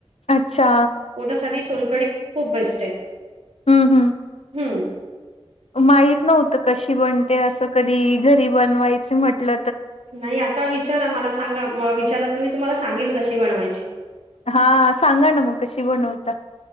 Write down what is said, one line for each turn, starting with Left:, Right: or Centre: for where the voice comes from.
Left: अच्छा
Right: पोटासाठी सोलकडी खूप बेस्ट आहे
Left: हम
Right: हम्म
Left: हम माहीत नव्हत कशी बन. ते असं कधी घरी बनवायच म्हटल
Right: नाही आता विचारा मला सांगा विचारा तु मी तुम्हाला सांगेल कशी बनवायची.
Left: हा सांगा ना मग कशी बनवता?